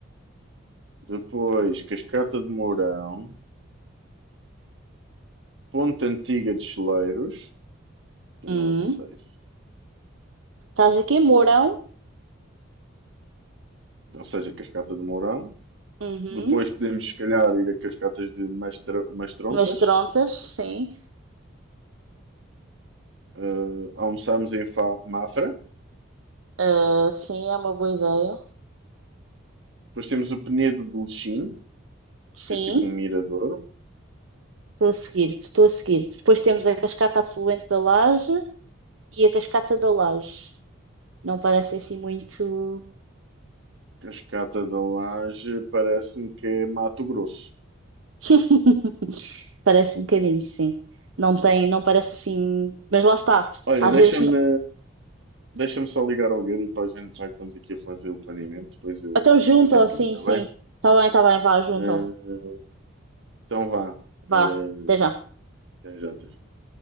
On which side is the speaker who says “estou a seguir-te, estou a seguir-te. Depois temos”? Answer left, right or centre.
Right